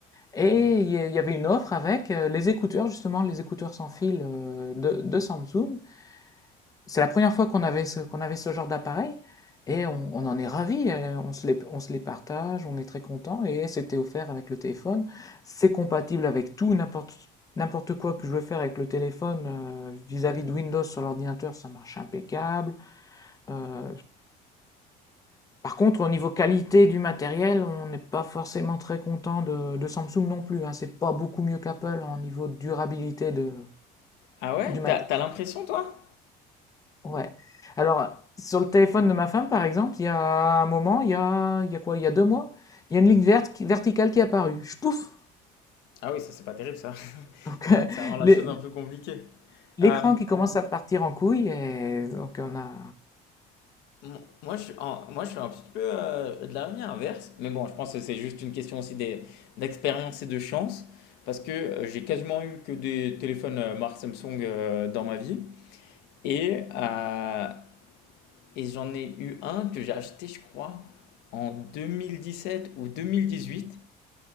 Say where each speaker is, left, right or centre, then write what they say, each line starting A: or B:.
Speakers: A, on the left; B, on the left.
A: Et il y a- il y avait une offre avec euh, les écouteurs, justement, les écouteurs sans fil euh, de, de Samsung. C'est la première fois qu'on avait ce, qu'on avait ce genre d'appareil et on, on en est ravi. euh, On se les, on se les partage, on est très content et c'était offert avec le téléphone. C'est compatible avec tout, n'importe, n'importe quoi que je veux faire avec le téléphone euh, vis-à-vis de Windows sur l'ordinateur, ça marche impeccable. Euh, par contre, au niveau qualité du matériel, on n'est pas forcément très content de, de Samsung non plus. hein. C'est pas beaucoup mieux qu'Apple en niveau de durabilité de,
B: Ah ouais,
A: du matos.
B: t'as, t'as l'impression toi?
A: Ouais. Alors, sur le téléphone de ma femme, par exemple, il y a un moment, il y a, il y a quoi? Il y a deux mois, il y a une ligne verte qui- verticale qui est apparue. Je pouf!
B: Ah oui, ça c'est pas terrible ça. <laughs>
A: <laughs> Donc,
B: Ça
A: euh,
B: ça rend la
A: l'é-
B: chose un peu compliquée.
A: l'écran
B: Euh,
A: qui commence à partir en couille, et donc on a.
B: mo- moi, je suis en- moi je suis un petit peu euh, de la ligne inverse, mais bon, je pense que c'est juste une question aussi des- d'expérience et de chance, parce que euh, j'ai quasiment eu que des téléphones euh, marque Samsung euh, dans ma vie, et, euh, et j'en ai eu un que j'ai acheté, je crois, en 2017 ou 2018.